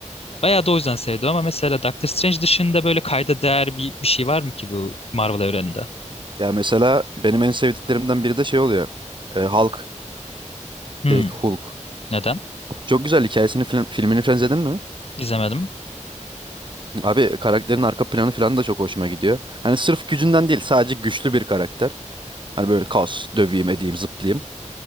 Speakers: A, on the left; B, on the right.
A: bayağı da o yüzden sevdim ama mesela Doctor Strange dışında böyle kayda değer bir, bir şey var mı ki bu Marvel evreninde?
B: Ya mesela benim en sevdiklerimden biri de şey oluyor. Ee, Hulk.
A: Hmm,
B: Direkt Hulk.
A: neden?
B: Çok güzel hikayesini film, filmini falan izledin mi?
A: İzlemedim.
B: Abi karakterin arka planı falan da çok hoşuma gidiyor. Hani sırf gücünden değil sadece güçlü bir karakter. Hani böyle kaos, döveyim, edeyim, zıplayayım.